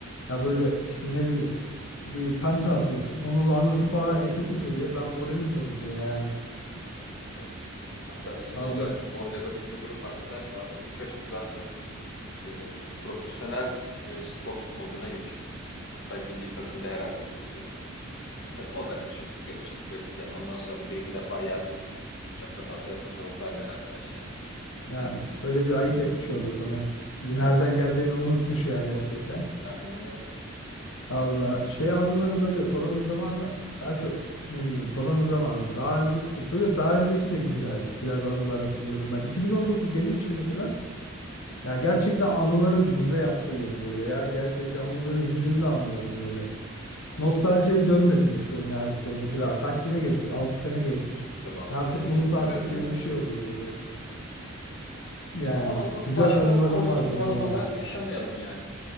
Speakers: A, on the left; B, on the left.
A: Ya böyle işte ne bileyim bir penta atıyorsun. Onun anısı falan
B: Tabii.
A: esesi duruyor. Ben moralim bozuluyor yani.
B: Aynen öyle. Hatta bizim
A: Valla
B: o dönem için oynadığımız bir grup arkadaş vardı. Birkaçımız artık e, bu profesyonel e, spor moduna geçti. Hatta milli takımda herhalde birisi. E, tabii o dönem için görüştük ve bitti yani. Ondan sonra da bir iki defa yazdım. Çok da fazla cevap vermedi arkadaş yani.
A: yani öyle bir ayıp etmiş orada sana. Nereden
B: Evet güzel
A: geldiğini
B: bir...
A: unutmuş ya gerçekten.
B: Aynen öyle.
A: Allah şey anıları böyle korona zamanı daha çok ne bileyim korona zamanım daha öncesi de böyle daha öncesi de güzel biraz anılar hatırlıyorum ben 2019 benim için mesela ya gerçekten anıların zirve yaptığı yıl böyle ya gerçekten onu böyle hüzünlü anıyorum böyle nostaljiye dönmesin istiyorum ya artık o mesela kaç sene geçmiş 6 sene geçmiş
B: Tabii 6
A: artık
B: sene geçti
A: unut artık
B: üzerinden
A: gibi
B: neredeyse.
A: bir şey oluyor böyle yani
B: Ama Allah
A: güzel
B: başka
A: anılarım
B: korona,
A: vardı
B: koronalar
A: o zaman
B: yaşamayalım yani.